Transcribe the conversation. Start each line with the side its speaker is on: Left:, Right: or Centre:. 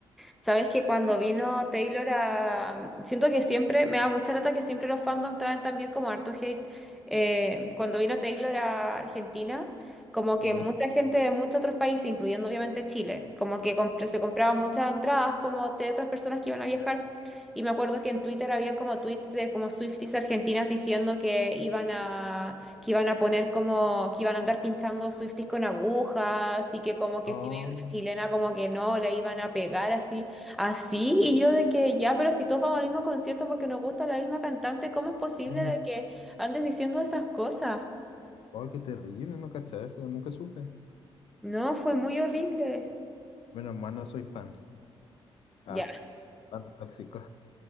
Centre: Sabes que cuando vino Taylor a... Siento que siempre, me da mucha lata que siempre los fandom traen también como harto hate. Eh, cuando vino Taylor a Argentina, como que
Left: Ya.
Centre: mucha gente de muchos otros países, incluyendo obviamente Chile, como que compr- se compraban muchas entradas como de otras personas que iban a viajar. Y me acuerdo que en Twitter habían como tweets de como Swifties argentinas diciendo que iban a, que iban a poner como, que iban a andar pinchando Swifties con agujas y que como que
Left: Oh,
Centre: si veían una chilena como que no, le iban a pegar así. Así, y yo de que ya, pero si todos vamos al mismo concierto porque nos gusta la misma cantante, ¿cómo es posible
Left: eh.
Centre: de que andes diciendo esas cosas?
Left: Oh, qué terrible, no cacha eso, nunca supe.
Centre: No, fue muy horrible.
Left: Menos mal no soy fan.
Centre: Ya,
Left: Ah, fan tóxico.